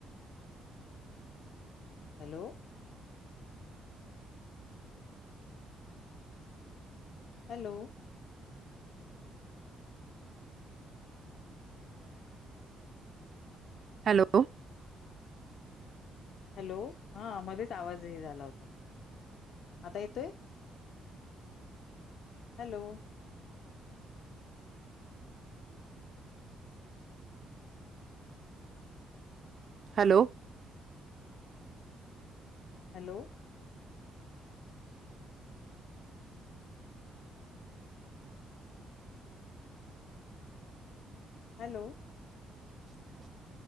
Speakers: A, on the left; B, on the right.
A: हॅलो हॅलो
B: हॅलो
A: हॅलो हा मध्येच आवाज हे झाला होता आता येतोय हॅलो
B: हॅलो
A: हॅलो हॅलो
B: <unintelligible> <inaudible>